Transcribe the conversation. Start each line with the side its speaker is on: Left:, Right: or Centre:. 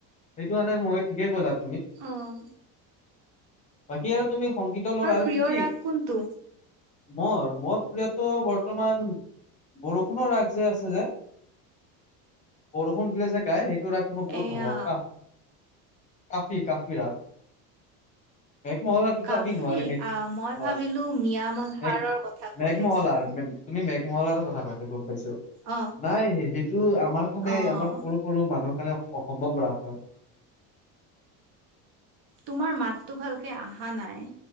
Left: সেইটো মানে মই ঠিকেই কলাত
Right: আহ
Left: বাকী আৰু তুমি সংগীত লৰ আৰু
Right: প্ৰিয়
Left: কি কি
Right: ৰাগ কোনটো?
Left: মোৰ মোৰ প্ৰিয়তটো বৰ্তমান বৰষুণৰ ৰাগ যে আছে যে <unintelligible> শু দিলে যে গাই সেইটো ৰাগটো মই বহুত
Right: এয়া
Left: ভাল পাওঁ কাফ কাফি কাফি ৰাস <unintelligible> মেঘ মহলাটোত
Right: কাফি
Left: আমি নোৱাৰোৱ
Right: আহ মই
Left: অ
Right: ভাবিলো মিয়া মালহাৰৰ
Left: ম
Right: কথা কৈ
Left: মেঘমহলা
Right: আছা।
Left: আৰ তুমি মেঘমলাৰ কথা কৈছা গম পাইছো
Right: অ'।
Left: নাই সেইটো আমাৰ খানে
Right: অ',
Left: আমাৰ সৰু সৰু মানুহৰ কাৰণে অসম্ভৱ ৰাস হয়
Right: তোমাৰ মাততটো ভালকে অহা নাই